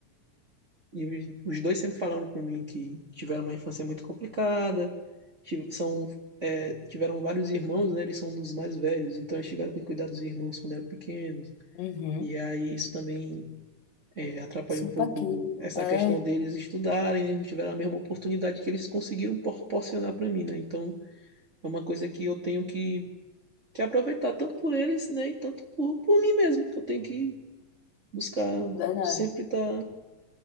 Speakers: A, on the right; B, on the left.
A: E os dois sempre falaram para mim que tiveram uma infância muito complicada, tive- são, é, tiveram vários irmãos, né? Eles são um dos mais velhos, então eles tiveram que cuidar dos irmãos quando eram pequenos.
B: uhum,
A: E aí isso também é, atrapalhou
B: supa
A: um pouco
B: aqui.
A: essa
B: É,
A: questão deles estudarem, eles não tiveram a mesma oportunidade que eles conseguiram proporcionar para mim, né? Então é uma coisa que eu tenho que, que aproveitar tanto por eles, né? E tanto por, por mim mesmo, que eu tenho que buscar
B: verdade.
A: sempre estar